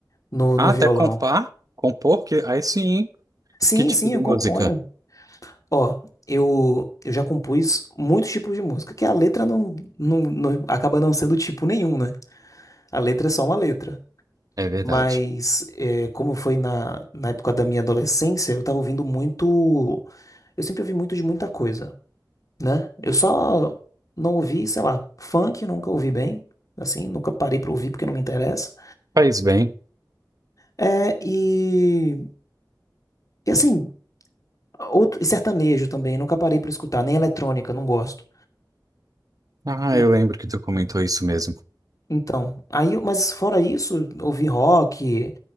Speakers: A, on the left; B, on the right.
A: no,
B: Ah,
A: no violão.
B: até compar? Compor? Que, aí sim.
A: Sim,
B: Que tipo
A: sim,
B: de
A: eu
B: música?
A: componho. Ó, eu, eu já compus muitos tipos de música, que a letra não, não, não acaba não sendo tipo nenhum, né? A letra é só uma letra.
B: É verdade.
A: Mas eh, como foi na, na época da minha adolescência, eu tava ouvindo muito. Eu sempre ouvi muito de muita coisa, né? Eu só não ouvi, sei lá, funk, eu nunca ouvi bem. Assim, nunca parei pra ouvir porque não me interessa.
B: Faz bem.
A: É, e, e assim, outro, e sertanejo também, nunca parei pra escutar, nem eletrônica, não gosto.
B: Ah,
A: Hum.
B: eu lembro que tu comentou isso mesmo.
A: Então, aí, eu- mas fora isso, ouvi rock,